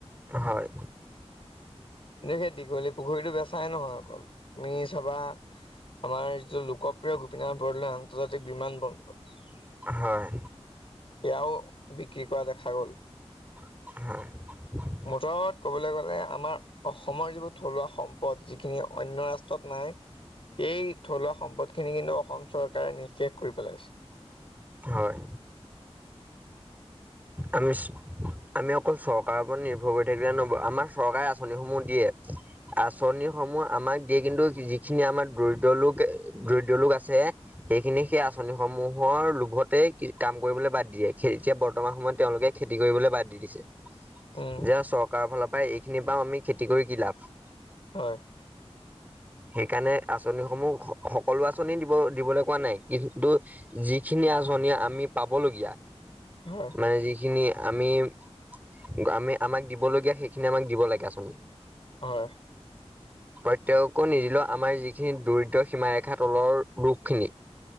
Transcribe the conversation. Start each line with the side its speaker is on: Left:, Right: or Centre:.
Right: হয়
Left: কিন্তু সেই দীঘলী পুখুৰীটো বেচাই নহ অকল তুমি চাবা আমাৰ যিটো লোকপ্ৰিয় গোপীনাথ বৰদলৈ আন্তৰ্জাতিক বিমান বন্দৰ সেয়াও
Right: হয়
Left: বিক্ৰী কৰা দেখা গ'ল।
Right: হয়।
Left: মুঠত ক'বলৈ গ'লে আমাৰ অসমৰ যিবোৰ থলুৱা সম্পদ যিখিনি অন্য ৰাষ্ট্ৰত নাই এই থলুৱা সম্পদ খিনি কিন্তু অসম চৰকাৰে নিঃশেষ কৰি পেলাইছে।
Right: হয় আমি চ আমি অকল চৰকাৰৰ ওপৰত নিৰ্ভৰ কৰি থাকিলে নহ'ব আমাৰ চৰকাৰে আঁচনিসমূহ দিয়ে। আঁচনিসমূহ আমাক দিয়ে কিন্তু যিখিনি আমাৰ দৰিদ্ৰ লোক দৰিদ্ৰ লোক আছে সেইখিনিক সেই আঁচনিসমূহ মূহৰ লোভতে কাম কৰিবলৈ বাদ দিয়ে। এতিয়া বৰ্তমান সময়ত তেওঁলোকে খেতি কৰিবলৈ বাদ দি দিছে।
Left: উম,
Right: যে চৰকাৰৰ ফালৰ পৰাই এইখিনি পাওঁ আমি খেতি কৰি কি লাভ?
Left: হয়।
Right: সেইকাণে আঁচনিসমূহ সকলো আঁচনি দিব দিবলৈ কোৱা নাই কিন্তু যিখিনি আঁচনি আমি পাবলগীয়া
Left: হয়,
Right: মানে যিখিনি আমি আমাক দিবলগীয়া সেইখিনি আমাক দিব লাগে আচল
Left: হয়।
Right: প্ৰত্যেককো নিদিলেও আমাৰ যিখিনি দৰিদ্ৰ সীমাৰেখা তলৰ লোকখিনি